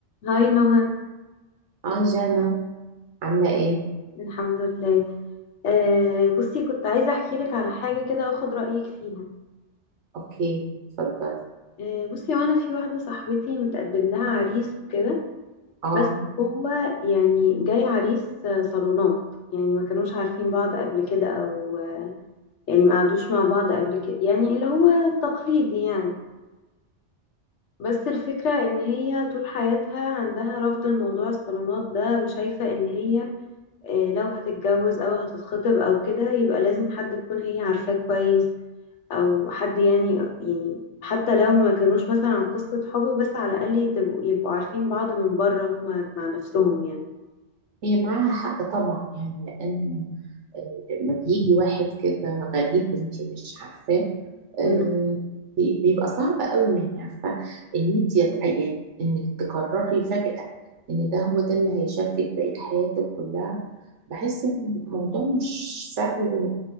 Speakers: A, on the left (about 80°); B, on the right (about 80°).
A: هاي نهى
B: اه جانا عاملة ايه؟
A: الحمد لله آه بصي كنت عايزة أحكي لك على حاجة كده وأخد رأيك فيها
B: اوكي اتفضلي
A: آه بصي وأنا في واحدة صاحبتي متقدم لها عريس وكده
B: اه
A: بس هو يعني جاي عريس آه، صالونات يعني ما كانوش عارفين بعض قبل كده أو آه، يعني ما قعدوش مع بعض قبل كده يعني اللي هو التقليدي يعني بس الفكرة إن هي طول حياتها عندها رفض الموضوع الصالونات ده وشايفة إن هي آه، لو هتتجوز أو هتتخطب أو كده يبقى لازم حد تكون هي عارفاه كويس او حد يعني يعني حتى لو ما كانوش مثلا عن قصة حب بس على الاقل يتبقوا- يبقوا عارفين بعض من بره هما مع نفسهم يعني
B: هي معاها حق طبعا يعني لان آه، لما بيجي واحد كده غريب انت مش عارفاه آه،
A: مم.
B: بي- بيبقى صعب قوي يعني عارفة ان انت يت- يعني انك تقرري فجأة ان ده هو ده اللي هيشاركك بقية حياتك كلها بحس ان الموضوع مش سهل